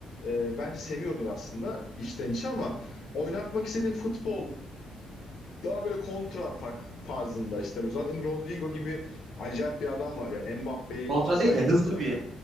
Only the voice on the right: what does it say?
kontra
değil de hızlı
bir